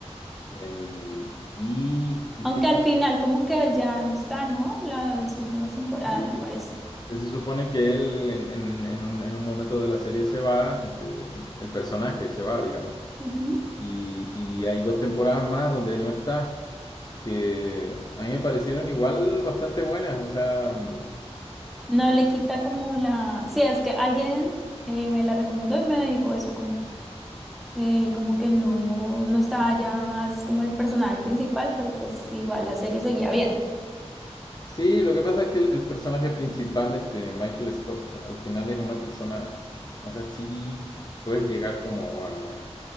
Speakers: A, on the left; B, in the centre.
A: Em, ¿y, y
B: Aunque
A: qué
B: al final como que él ya no está, ¿no? Las últimas temporadas,
A: Sí,
B: me parece.
A: se supone que él en, en- en un, en un momento de la serie se va, este, el personaje se va, digamos.
B: Ujú.
A: Y, y hay dos temporadas más donde él no está, que a mí me parecieron igual bastante buenas. O sea, mm,
B: No le quita como la... Sí, es que alguien eh, me la recomendó y me dijo eso, como. eh, como que no, no estaba ya más como el personaje principal, pero pues igual la serie seguía bien.
A: sí, lo que pasa es que el, el personaje principal, este Michael Scott, al final es una persona, o sea, sí puedes llegar como a